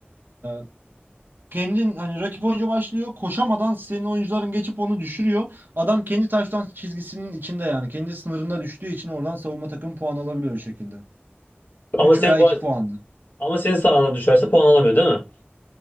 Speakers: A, on the right (about 55°); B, on the left (about 50°).
A: e, kendin hani rakip oyuncu başlıyor koşamadan senin oyuncuların geçip onu düşürüyor. Adam kendi taştan çizgisinin içinde yani kendi sınırında düştüğü için oradan savunma takım puan alabiliyor o şekilde.
B: Ama
A: üç
B: senin
A: veya
B: puan,
A: iki puanlı.
B: ama senin sahana düşerse puan alamıyor değil mi?